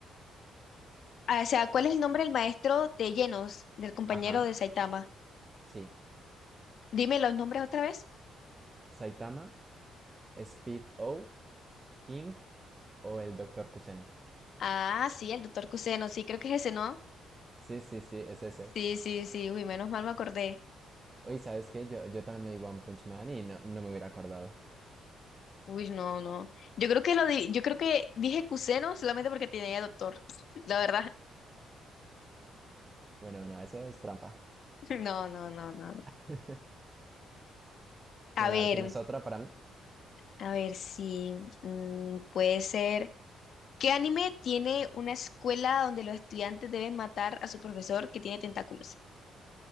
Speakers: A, on the left; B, on the right.
A: Ah, O sea, ¿cuál es el nombre del maestro de llenos, del compañero
B: Ajá,
A: de Saitama?
B: sí.
A: Dime los nombres otra vez.
B: ¿Saitama, Speed O, King o el Doctor Kuseno?
A: Ah, sí, el doctor Kuseno, sí, creo que es ese, ¿no?
B: Sí, sí, sí, es ese.
A: Sí, sí, sí, uy, menos mal me acordé.
B: Uy, ¿sabes qué? Yo, yo también me di One Punch Man y no, no me hubiera acordado.
A: Uy, no, no. Yo creo que lo di- yo creo que dije Kuseno solamente porque tenía doctor. <laughs> La verdad. <laughs>
B: Bueno, no, eso es trampa.
A: No, no, no, no. no.
B: <laughs>
A: A
B: Bueno,
A: ver,
B: a ver, ¿tienes otra para mí?
A: a ver si mm, puede ser. ¿Qué anime tiene una escuela donde los estudiantes deben matar a su profesor que tiene tentáculos?